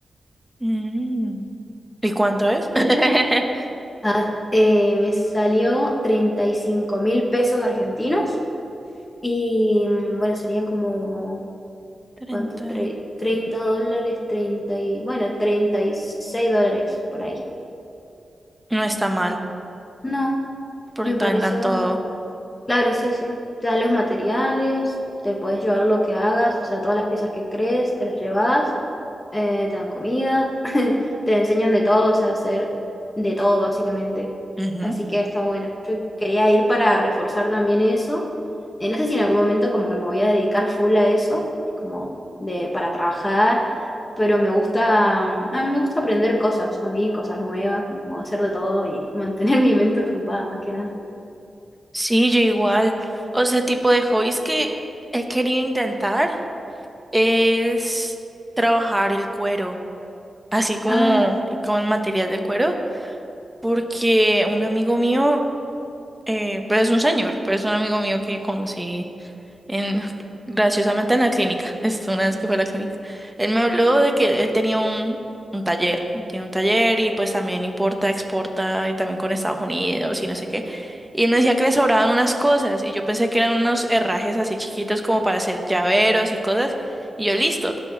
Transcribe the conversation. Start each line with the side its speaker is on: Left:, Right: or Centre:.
Centre: Mm. ¿Y cuánto es? <laughs>
Left: Ah, eh, me salió treinta y cinco mil pesos argentinos. Y mm, bueno, serían como,
Centre: 30.
Left: ¿cuánto? Tre- 30 dólares, 30 y, bueno, 36 dólares por ahí.
Centre: No está mal,
Left: No,
Centre: porque
Left: me
Centre: también
Left: pareció
Centre: dan todo.
Left: Claro, sí, sí. Te dan los materiales, te puedes llevar lo que hagas, o sea, todas las piezas que crees, te las llevas, eh, te dan comida, <laughs> te enseñan de todo, o sea, hacer de todo básicamente.
Centre: Ujú.
Left: Así que está bueno. Yo quería ir para reforzar también eso. Eh, no sé si en algún momento como que me voy a dedicar full a eso, como de para trabajar, pero me gusta, mm, a mí me gusta aprender cosas, a mí cosas nuevas, como hacer de todo y mantener <laughs> mi mente ocupada más que nada.
Centre: Sí, yo igual. O sea, tipo de hobbies que he querido intentar es trabajar el cuero, así como,
Left: Ah,
Centre: como el material de cuero, porque un amigo mío, eh, pero es un señor, pero es un amigo mío que conocí. en, graciosamente en la clínica, <laughs> esto una vez que fue a la clínica. Él me habló de que él tenía un, un taller, él tiene un taller y pues también importa, exporta y también con Estados Unidos y no sé qué. Y él me decía que le sobraban unas cosas y yo pensé que eran unos herrajes así chiquitos como para hacer llaveros y cosas. Y yo, listo,